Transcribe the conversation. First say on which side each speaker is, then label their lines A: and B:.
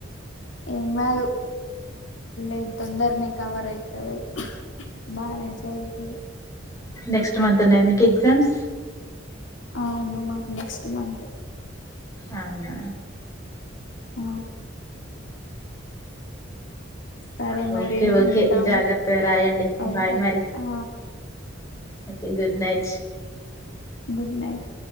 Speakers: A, on the left (about 70°); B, on the left (about 15°).
A: ఇ మా ఇ తొందరనె కవర్ అయితది <inaudible> బానై చదువుపో ఇగ <unintelligible>
B: నెక్స్ట్ మంత్ ఉన్నాయ మీకు ఎగ్జామ్స్
A: అవును మాకు నెక్స్ట్ మంత్
B: అవునా
A: ఆ సరే
B: వో
A: మరి
B: ఓకే ఓకే
A: ఉంటాం
B: జాగ్రత్త రాయండి
A: ఓకే
B: బాయ్ మరి
A: ఆ
B: ఓకే గుడ్ నైట్ వో
A: గుడ్ నైట్